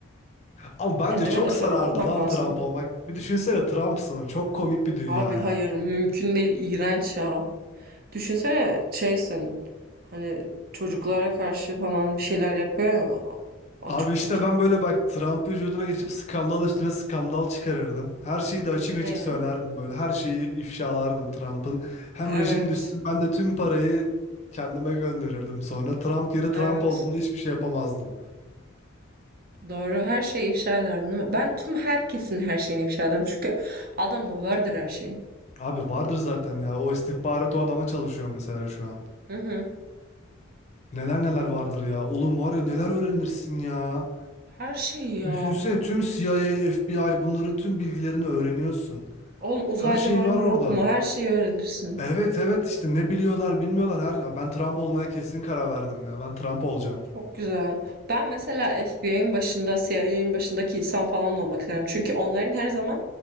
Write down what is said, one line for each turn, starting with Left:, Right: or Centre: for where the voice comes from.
Left: Ama bence
Right: Kendime
Left: çok
Right: de şöyle
Left: sarardı
Right: bakmazdım.
Left: lan Trump olmak. Bir düşünsene Trump'sınım. Çok komik bir dünya
Right: Abi
Left: ya.
Right: hayır mümkün değil iğrenç ya. Düşünsene şeysin hani çocuklara karşı falan bir şeyler yapıyor ya. Aa
Left: Abi
Right: çok
Left: işte
Right: kötü.
Left: ben böyle bak Trump vücuduna geçip skandal üstüne skandal çıkarırdım. Her şeyi de açık
Right: Ne?
Left: açık
Right: ya?
Left: söylerdim böyle. Her şeyi ifşalardım Trump'ın. Hem
Right: Evet,
Left: rejim düşsün ben de tüm parayı kendime gönderirdim sonra. Trump yeri
Right: evet.
Left: Trump olduğunda hiçbir şey yapamazdı.
Right: Doğru. Her şeyi ifşa ederdin değil mi? Ben tüm herkesin her şeyini ifşa ederim. Çünkü adamda vardır her şey.
Left: Abi vardır zaten ya. O istihbarat o adama çalışıyor mesela şu an.
Right: Hı hı.
Left: Neler neler vardır ya. Oğlum var ya neler öğrenirsin ya.
Right: Her şeyi ya.
Left: Düşünsene tüm CIA, FBI bunların tüm bilgilerini öğreniyorsun.
Right: Oğlum uzaylı
Left: Her şey
Right: var
Left: var
Right: mı
Left: orada.
Right: yok mu? Her şeyi öğrenirsin.
Left: Evet evet işte ne biliyorlar bilmiyorlar. Her ya ben Trump olmaya kesin karar verdim ya. Ben Trump olacağım.
Right: Çok güzel. Ben mesela FBI'nin başında, CIA'nin başındaki insan falan da olmak isterim. Çünkü onların her zaman